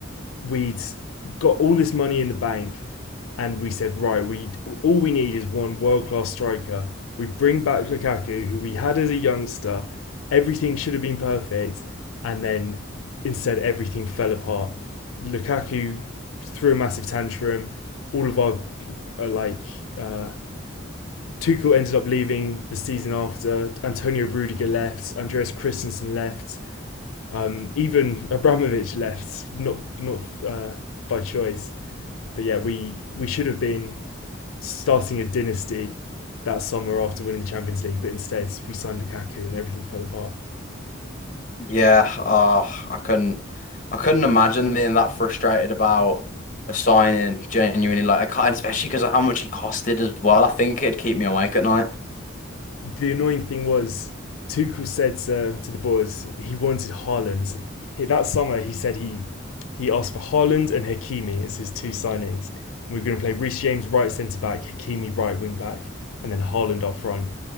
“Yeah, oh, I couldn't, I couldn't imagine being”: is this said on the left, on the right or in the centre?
Left